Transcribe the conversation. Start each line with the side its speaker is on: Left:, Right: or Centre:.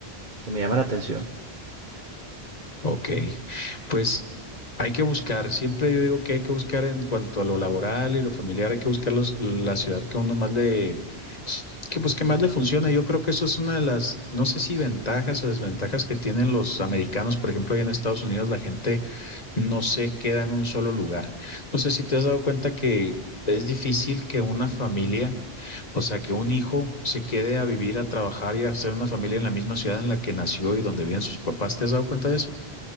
Right: que me llama la atención.
Left: Ok, pues hay que buscar, siempre yo digo que hay que buscar en cuanto a lo laboral y lo familiar, hay que buscar los- la ciudad que a uno más le, que pues que más le funciona. Yo creo que eso es una de las, no sé si ventajas o desventajas que tienen los americanos. Por ejemplo, allá en Estados Unidos la gente no se queda en un solo lugar. No sé si te has dado cuenta que es difícil que una familia, o sea, que un hijo se quede a vivir, a trabajar y a hacer una familia en la misma ciudad en la que nació y donde viven sus papás. ¿Te has dado cuenta de eso?